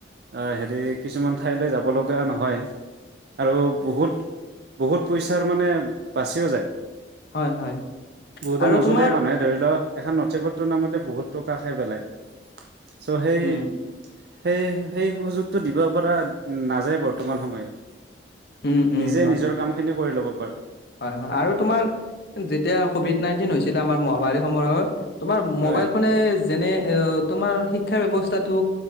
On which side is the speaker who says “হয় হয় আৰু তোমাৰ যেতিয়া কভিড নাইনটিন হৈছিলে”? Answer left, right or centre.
Left